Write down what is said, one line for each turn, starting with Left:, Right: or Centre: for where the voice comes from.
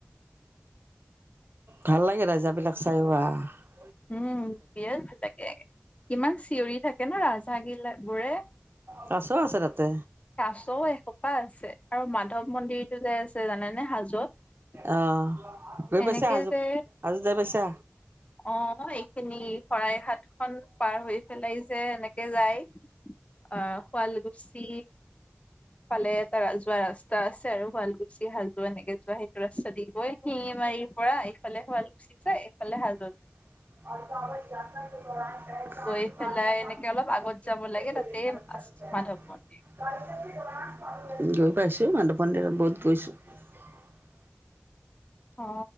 Right: ভাল লাগে ৰাজহাহঁবিলাক চাই ওআহ
Left: উম বিয়াত ভাল লাগে কিমান চিঞৰি থাকে কেনা ৰাজহাহঁগিলা বোৰে
Right: কাছ আছে তাতে
Left: কাছ এসূপা আছে আৰু মাধৱ মন্দিৰ যাই আছে জানেনে হাজত
Right: আহ গৈ পাইছা
Left: এনেকে
Right: হাজো
Left: যে
Right: হাজো যাই পাইছা
Left: অ এইখিনি শৰাই ঘাট খন পাৰ হৈ পেলাই যে এনেকে যায় অ শুৱাল কোঁছি ফালে এটা ৰাজহুৱা ৰাস্তা। ত আছে আৰু শুবাল গুচি আৰু হাজো এনেকে যোৱা <inaudible> যদি গৈ শিঙি মাৰিৰ পৰা এইফালে শুৱাল কুচি যায় এইফালে হাল
Right: <inaudible> পাইছোঁ
Left: গৈ পেলাই এনেকে
Right: মাধৱ
Left: অলপ আগত যাব লাগে তাতে
Right: মন্দিৰত
Left: আছে মাধৱ মন্দিৰ
Right: বহুত গৈছোঁ।
Left: অ